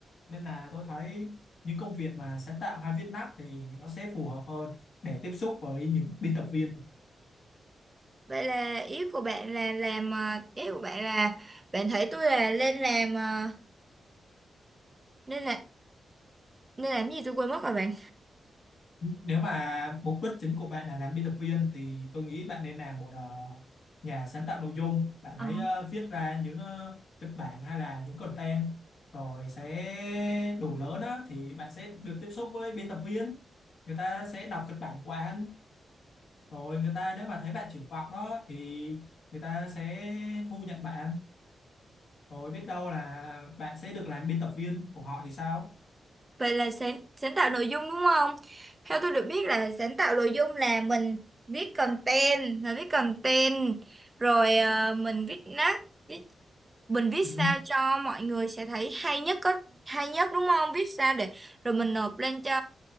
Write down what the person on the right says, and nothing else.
vậy là ý của bạn là làm ờ, ý của bạn là bạn thấy tôi là lên làm ờ, nên là nên làm cái gì tôi quên mất rồi bạn
Ờ.
Vậy là sáng, sáng tạo nội dung đúng không? Theo tôi được biết là sáng tạo nội dung là mình viết content, là viết content, rồi ờ, mình viết nát, viết, mình viết
sao cho mọi người sẽ thấy hay nhất có hay nhất đúng không? Viết sao để rồi mình nộp lên cho